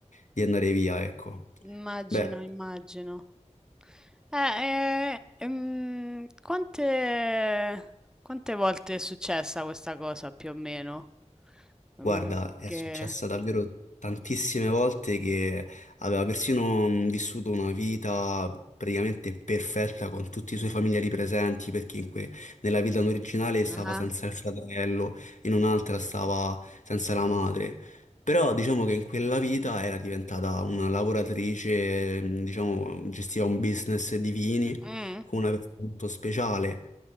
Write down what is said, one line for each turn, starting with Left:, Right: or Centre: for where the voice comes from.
Left: di andare via, ecco.
Centre: Immagino,
Left: Beh.
Centre: immagino. Eh, eh, ehm, quante, quante volte è successa questa cosa più o meno? Mm,
Left: Guarda, è
Centre: che...
Left: successa davvero tantissime volte che aveva persino mh, vissuto una vita praticamente perfetta con tutti i suoi familiari presenti, perché in que- nella vita originale stava
Centre: Ah,
Left: senza il fratello, in un'altra stava senza la madre. Però diciamo che in quella vita era diventata una lavoratrice, mh, diciamo, gestiva un business di vini
Centre: mm,
Left: con una persona molto speciale.